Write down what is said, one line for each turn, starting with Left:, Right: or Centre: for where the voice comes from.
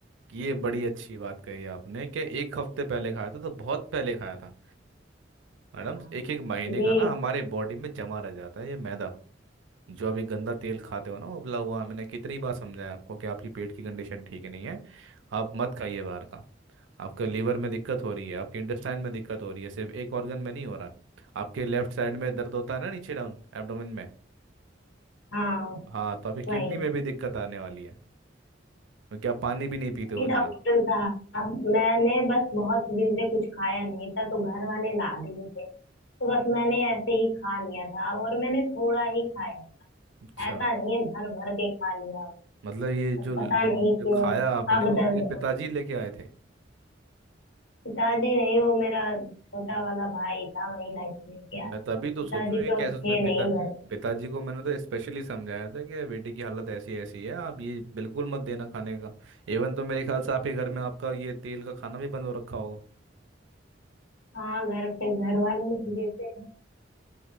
Right: ये बड़ी अच्छी बात कही आपने कि एक हफ्ते पहले खाया था तो बहुत पहले खाया था मैडम
Left: हाँ
Right: एक एक महीने
Left: जी
Right: का ना हमारे बॉडी में जमा रह जाता है ये मैदा जो आप ये गंदा तेल खाते हो ना उबला हुआ मैंने कितनी बार समझाया आपको कि आपकी पेट की कंडीशन ठीक नहीं है आप मत खाइए बाहर का आपका लीवर में दिक्कत हो रही है आपके इंटेस्टाइन में दिक्कत हो रही है सिर्फ एक ऑर्गन में नहीं हो रहा आपके लेफ्ट साइड में दर्द होता है ना नीचे डाउन एब्डोमेन में
Left: हाँ
Right: हाँ तो आपकी
Left: वही
Right: किडनी में भी दिक्कत आने वाली है क्योंकि आप पानी भी नहीं पीते
Left: अरे
Right: हो इतना
Left: डॉक्टर साहब मैंने बस बहुत दिन से कुछ खाया नहीं था तो घर वाले ला दिए थे तो बस मैंने ऐसे ही खा लिया था और मैंने थोड़ा ही खाया
Right: अच्छा
Left: ऐसा नहीं है भर भर के खा लिया हो
Right: मतलब ये
Left: पर
Right: जो
Left: पता नहीं क्यों
Right: जो खाया
Left: अब
Right: आपने वो
Left: अब दर्द
Right: आपके पिताजी
Left: हो
Right: लेके आए थे
Left: पिताजी नहीं वो मेरा छोटा वाला भाई था वही लाइफ लेके
Right: मैं
Left: आया
Right: तभी
Left: था
Right: तो
Left: पिताजी
Right: सोचूं ये
Left: तो
Right: कैसे
Left: थे
Right: उसने पिता
Left: नहीं घर पे
Right: पिताजी को मैंने तो स्पेशली समझाया था कि बेटी की हालत ऐसी ऐसी है आप ये बिल्कुल मत देना खाने का इवन तो मेरे ख्याल से आपके घर में आपका ये तेल का खाना भी बंद हो रखा होगा
Left: हाँ घर पे घर वाले नहीं देते हैं